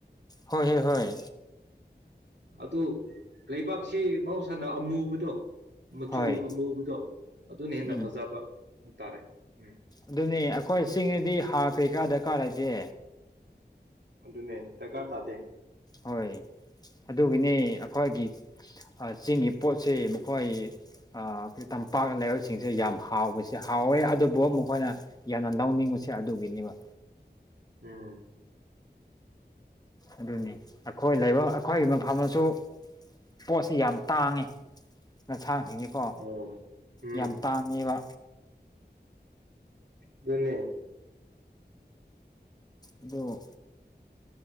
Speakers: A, on the left; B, on the right.
A: ꯍꯣꯏ ꯍꯣꯏ ꯍꯣꯏ
B: ꯎꯝ ꯑꯗꯨ ꯂꯩꯕꯥꯛꯁꯤ ꯃꯍꯧꯁꯥꯅ ꯑꯃꯨꯕꯗꯣ ꯃꯆꯨ
A: ꯍꯣꯏ
B: ꯑꯃꯨꯕꯗꯣ ꯑꯗꯨꯅ ꯍꯦꯟꯅ
A: ꯎꯝ
B: ꯐꯖꯕ ꯍꯥꯏꯇꯥꯥꯔꯦ ꯎꯝ
A: ꯑꯗꯨꯅꯤ ꯑꯩꯈꯣꯏ ꯆꯤꯡꯗꯤ ꯍꯥ ꯀꯔꯤꯀꯥ ꯗꯔꯀꯥꯔ ꯂꯩꯇꯦ
B: ꯑꯗꯨꯅꯦ ꯗꯔꯀꯥꯔ ꯇꯥꯗꯦ
A: ꯍꯣꯏ ꯑꯗꯨꯒꯤꯅꯦ ꯑꯩꯈꯣꯏꯒꯤ ꯆꯤꯡꯒꯤ ꯄꯣꯠꯁꯤ ꯃꯈꯣꯏ ꯑꯩꯣꯏ ꯇꯝꯄꯥꯛ ꯂꯩꯕꯁꯤꯡꯁꯦ ꯌꯥꯝ ꯍꯥꯎꯕꯁꯤꯦ ꯍꯥꯎꯋꯦ ꯑꯗꯨꯕꯨ ꯃꯈꯣꯏꯅ ꯌꯥꯝꯅ ꯂꯧꯅꯤꯡ ꯁꯦ ꯑꯗꯨꯒꯤꯅꯦꯕ
B: ꯎꯝ
A: ꯑꯗꯨꯅꯤ ꯑꯩꯈꯣꯏ ꯂꯩꯕ ꯑꯩꯈꯣꯏꯒꯤ ꯃꯐꯝꯗꯁꯨ ꯄꯣꯠꯁꯤ ꯌꯥꯝ ꯇꯥꯡꯉꯤ ꯂꯁꯥꯡꯁꯤꯅꯤꯀꯣ
B: ꯑꯣ ꯎꯝ
A: ꯌꯥꯝ ꯇꯥꯡꯉꯦꯕ
B: ꯑꯗꯨꯅꯦ
A: ꯑꯗꯨꯗ